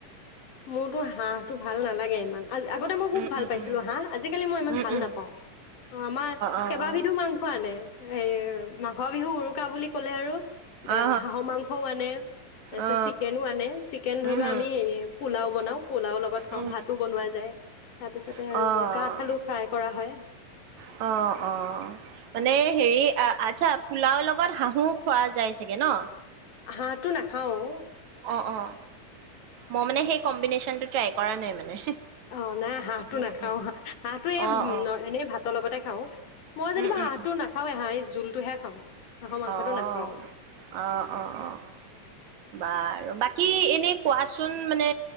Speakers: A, on the left; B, on the right.
A: মোৰতো হাঁহটো ভাল নালাগে ইমান আজ আগতে মই
B: উম
A: খুব ভাল
B: উম
A: পাইছিলো
B: উম
A: হাঁহ আজিকালি মই ইমান
B: উম
A: ভাল
B: উম
A: নাপাওঁ অ আমাৰ
B: অ
A: কেইবাবিধো
B: অ
A: মাংস আনে হে মাঘ বিহু উৰুকা বুলি ক'লে আৰু আ
B: অ
A: হাঁহৰ মাংসও আনে, তাৰ পিছত
B: অ
A: চিকেনও আনে, চিকেন ধৰি
B: উম
A: লোৱা
B: হম
A: আমি হেৰি পোলাও বনাওঁ। পোলাওৰ লগত খাওঁ,
B: উম
A: ভাতো বনোৱা যায়, তাৰ পিছতে
B: অ',
A: আৰু কাঠ আলু ফ্ৰাই কৰা হয়,
B: অ', অ'। মানে
A: উ।
B: হেৰি আচ্ছা, পোলাওৰ লগত হাঁহো খোৱা যায় চাগে ন?
A: হাঁহটো নাখাওঁ অ।
B: অ অ, মই মানে সেই কম্বিনেশ্বনটোত ট্ৰাই কৰা নাই মানে।
A: অ নাই হাঁহটো
B: উম,
A: নাখাও।
B: উম।
A: হাঁহটো এই
B: অ', অ',
A: এনেই ভাতৰ লগতে খাও। মই যেনিবা
B: উম, উম,
A: হাঁহটো
B: উম,
A: নাখাওঁৱে, এ হাঁহ জোলটোহে খাওঁ। হাঁহৰ মাংসটো
B: অ',
A: নাখাওঁ
B: অ অ অ। বাৰু, বাকী এনে কোৱাচোন মানে